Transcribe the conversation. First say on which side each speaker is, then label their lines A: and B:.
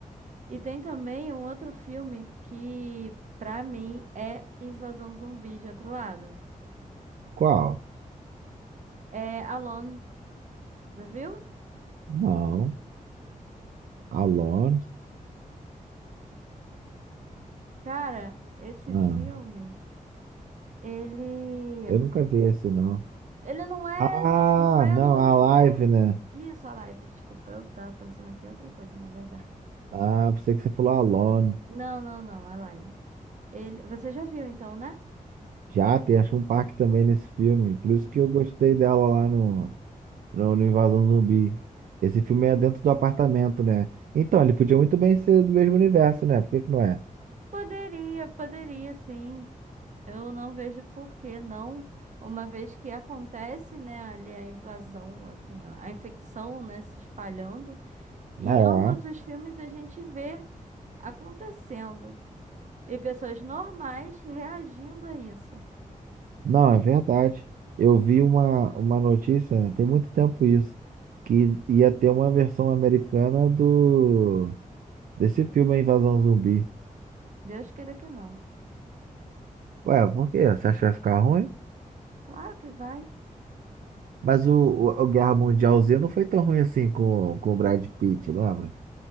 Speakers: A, on the right (about 60°); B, on the right (about 75°).
A: E tem também um outro filme que, pra mim, é Invasão Zumbi de outro lado.
B: Qual?
A: É Alone, já viu?
B: Não. Alone?
A: Cara, esse
B: Não.
A: filme, ele
B: Eu nunca vi esse, não.
A: ele não é
B: Ah,
A: não é
B: não,
A: no universo.
B: a live, né?
A: Isso, a live, desculpa, eu tava pensando aqui em outra coisa, na verdade. <laughs>
B: Ah, pensei que você falou Alone.
A: Não, não, não, a live. Ele, você já viu então, né?
B: Já tem a Chumpark também nesse filme. Por isso que eu gostei dela lá no, no, no Invasão Zumbi. Esse filme é dentro do apartamento, né? Então, ele podia muito bem ser do mesmo universo, né? Por que que não é?
A: Poderia, poderia sim. Eu não vejo por que não, uma vez que acontece, né, ali a invasão, assim, ó, a infecção, né, se espalhando. E
B: É.
A: em ambos os filmes a gente vê acontecendo. E pessoas normais reagindo a isso.
B: Não, é verdade. Eu vi uma, uma notícia, né? Tem muito tempo isso, que ia ter uma versão americana do desse filme A Invasão Zumbi.
A: Deus queira que não.
B: Ué, por quê? Você acha que vai ficar ruim?
A: Claro que vai.
B: Mas o, o, o Guerra Mundial Z não foi tão ruim assim com, com o Brad Pitt, lembra?